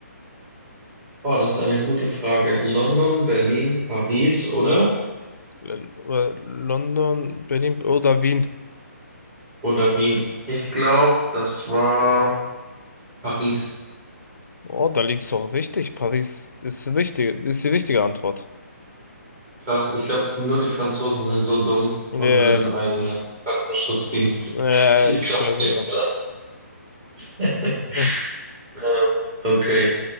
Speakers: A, on the right; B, on the left.
A: oh, das ist eine gute Frage. London, Berlin, Paris, oder?
B: L- äh, London, Berlin oder Wien.
A: Oder Wien? Ich glaube, das war Paris.
B: Oh, da liegst du auch richtig. Paris ist richtig, ist die richtige Antwort.
A: Krass. Ich glaube, nur die Franzosen sind so dumm
B: Ja,
A: und würden
B: ja,
A: einen Katzenschutzdienst
B: ja,
A: <laughs> in
B: ich
A: Kraft
B: schwöre sogar.
A: treten lassen. <laughs>
B: <laughs>
A: Ähm, Okay.